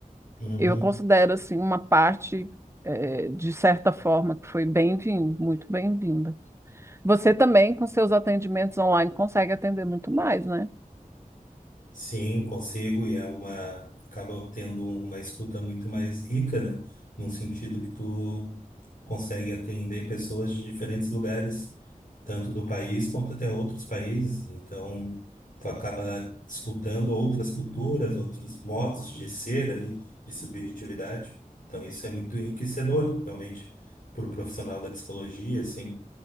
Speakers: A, on the left; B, on the right.
A: Uhum.
B: Eu considero, assim, uma parte, eh, de certa forma, que foi bem-vinda, muito bem-vinda. Você também, com seus atendimentos online, consegue atender muito mais, né?
A: Sim, consigo, e é uma, acaba tendo uma escuta muito mais rica, né? Num sentido que tu consegue atender pessoas de diferentes lugares, tanto do país quanto até outros países. Então, tu acaba escutando outras culturas, outros modos de ser ali, de subjetividade. Então, isso é muito enriquecedor, realmente, para o profissional da psicologia, assim,